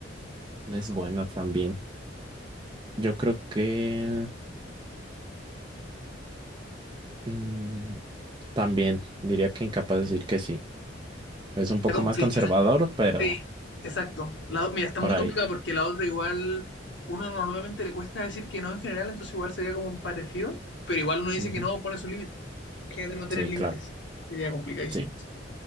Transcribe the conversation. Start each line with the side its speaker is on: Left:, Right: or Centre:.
Right: es bueno también. Yo creo que... Mm, También diría que incapaz de decir que sí. Es un
Left: Está
Right: poco
Left: complicado.
Right: más conservador, pero
Left: Sí, exacto. La, o- mira, está
Right: por
Left: muy
Right: ahí.
Left: complicado porque la otra igual, uno normalmente le cuesta decir que no en general, entonces igual sería como un parecido, pero igual uno dice
Right: Ujú.
Left: que no, pone sus límites. Imagínate no tener
Right: Sí,
Left: límites,
Right: claro.
Left: sería complicadísimo.
Right: Sí.